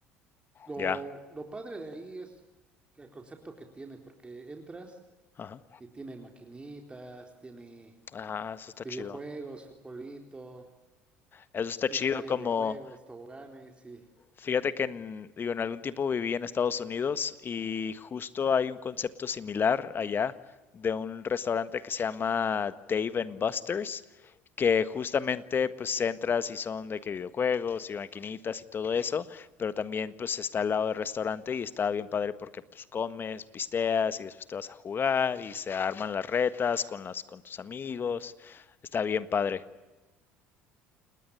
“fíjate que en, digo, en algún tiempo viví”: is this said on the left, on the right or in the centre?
Left